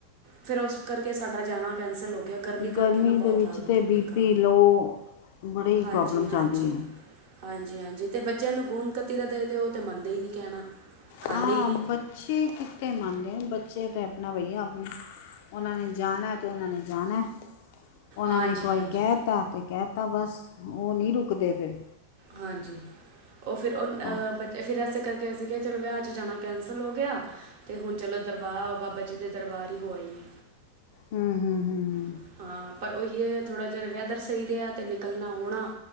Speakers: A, on the right (about 50°); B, on the left (about 50°).
A: ਫਿਰ ਉਸ ਕਰਕੇ ਸਾਡਾ ਜਾਣਾ ਕੈਂਸਲ ਹੋ ਗਿਆ ਕਰਕੇ
B: ਗਰਮੀ
A: ਨਾ ਬਹੁਤ
B: ਦੇ ਵਿੱਚ
A: ਹਾਲਤ
B: ਤਾਂ
A: ਹੋ
B: ਬੀ
A: ਗਈ ਖਰਾਬ
B: ਪੀ ਲੋਅ ਬੜੀ
A: ਹਾਂਜੀ
B: ਪ੍ਰੋਬਲਮ
A: ਹਾਂਜੀ
B: ਚੱਲਦੀ ਹੈ
A: ਹਾਂਜੀ ਹਾਂਜੀ ਤੇ ਬੱਚਿਆਂ ਨੂੰ ਗੂੰਦ ਕਤੀਰਾ ਦੇ ਤੇ ਉਹ ਤੇ ਮੰਨਦੇ ਹੀ ਨੀ ਕਹਿਣਾ ਖਾਂਦੇ
B: ਹਾਂ
A: ਹੀ ਨਹੀਂ
B: ਬੱਚੇ ਕਿੱਥੇ ਮੰਨਦੇ ਹਨ ਬੱਚੇ ਤੇ ਆਪਣਾ ਭਈਆ ਉਹਨਾਂ ਨੇ ਜਾਣਾ ਤੇ ਉਹਨਾਂ ਨੇ ਜਾਣਾ ਉਹਨਾਂ
A: ਹਾਂਜੀ
B: ਨੇ ਇੱਕ ਵਾਰੀ
A: ਹਾਂਜੀ
B: ਕਹਿ ਤਾ ਤੇ ਕਹਿ ਤਾ ਬਸ ਉਹ ਨਹੀਂ ਰੁਕਦੇ ਫਿਰ
A: ਹਾਂਜੀ ਉਹ ਫਿਰ ਉਹ
B: ਹੂੰ
A: ਬੱਚ ਫਿਰ ਇਸੇ ਕਰਕੇ ਅਸੀਂ ਕਿਹਾ ਚਲੋ ਵਿਆਹ 'ਚ ਜਾਣਾ ਕੈਂਸਲ ਹੋ ਗਿਆ ਤੇ ਹੁਣ ਚਲੋ ਦਰਬਾਰ ਬਾਬਾ ਜੀ ਦੇ ਦਰਬਾਰ ਹੀ ਹੋ ਆਈਏ
B: ਹਮ ਹਮ ਹਮ ਹਮ
A: <inaudible> ਪਰ ਉਹੀ ਹੈ ਥੋੜ੍ਹਾ ਜਿਹਾ ਵੈਦਰ ਸਹੀ ਰਿਹਾ ਤੇ ਨਿਕਲਣਾ ਹੋਣਾ